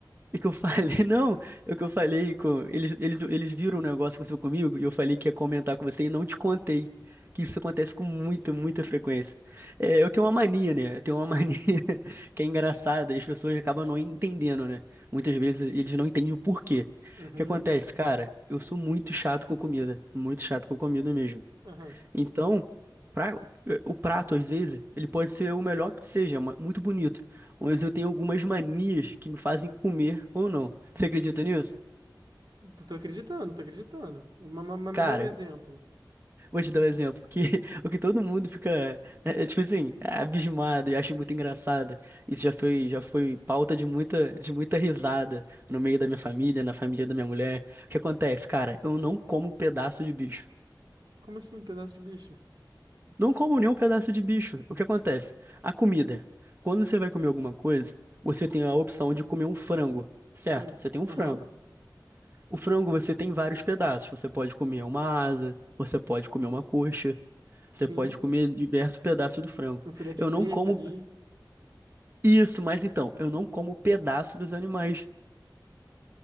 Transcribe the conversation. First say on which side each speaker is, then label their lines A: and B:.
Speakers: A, on the right; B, on the right.
A: E que eu falei, <laughs> não, é o que eu falei com. Eles, eles, eles viram um negócio que aconteceu comigo e eu falei que ia comentar com você e não te contei. Que isso acontece com muita, muita frequência. É, eu tenho uma mania, né? Eu tenho uma mania <laughs> que é engraçada e as pessoas acabam não entendendo, né? Muitas vezes eles não entendem o porquê.
B: Uhum.
A: O que acontece, cara? Eu sou muito chato com comida. Muito chato com comida mesmo.
B: Aham.
A: Então, pra- eh, o prato, às vezes, ele pode ser o melhor que seja, ma- muito bonito. Mas eu tenho algumas manias que me fazem comer ou não. Você acredita nisso?
B: Tô tô acreditando, tô acreditando. Mas, mas- mas
A: Cara,
B: me dá um exemplo.
A: vou te dar um exemplo, que <laughs> o que todo mundo fica, é, é, tipo assim, é abismado e acha muito engraçado. Isso já foi, já foi pauta de muita, de muita risada no meio da minha família, na família da minha mulher. O que acontece, cara? Eu não como pedaço de bicho.
B: Como assim, pedaço de bicho?
A: Não como nenhum pedaço de bicho. O que acontece? A comida. Quando você vai comer alguma coisa, você tem a opção de comer um frango, certo?
B: Sim.
A: Você tem um
B: Aham.
A: frango. O frango você tem vários pedaços. Você pode comer uma asa, você pode comer uma coxa, você
B: Sim.
A: pode comer diversos pedaços do frango.
B: Um filé de
A: Eu
B: peito
A: não como
B: ali.
A: isso, mas então, eu não como pedaço dos animais.